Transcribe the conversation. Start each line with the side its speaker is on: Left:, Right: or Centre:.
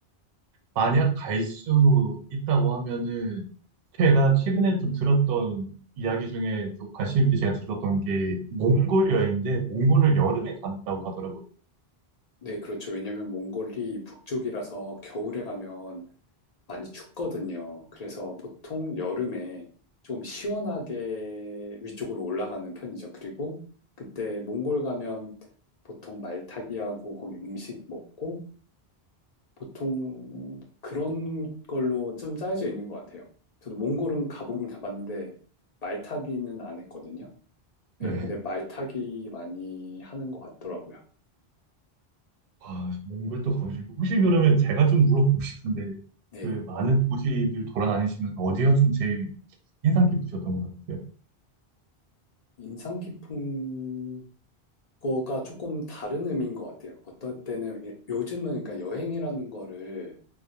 Right: 만약 갈 수 있다고 하면은 제가 최근에 좀 들었던 이야기 중에 좀 관심 있게 제가 들었던 게 몽골 여행인데 몽골을 여름에 간다고 하더라고요.
Left: 네, 그렇죠. 왜냐면 몽골이 북쪽이라서 겨울에 가면 많이 춥거든요. 그래서 보통 여름에 좀 시원하게 위쪽으로 올라가는 편이죠. 그리고 그때 몽골 가면 보통 말타기하고 거기 음식 먹고 보통 그런 걸로 좀 짜여져 있는 것 같아요. 저도 몽골은 가보긴 가봤는데 말타기는 안 했거든요.
Right: 네.
Left: 네, 근데 말타기 많이 하는 것 같더라고요.
Right: 와, 몽골도 가고 싶고 혹시 그러면 제가 좀 물어보고 싶은데
Left: 네,
Right: 그 많은 도시들 돌아다니시면서 어디가 좀 제일 인상 깊으셨던 것 같아요?
Left: 인상 깊은 거가 조금 다른 의미인 것 같아요. 어떨 때는 예, 요즘은 그러니까 여행이라는 거를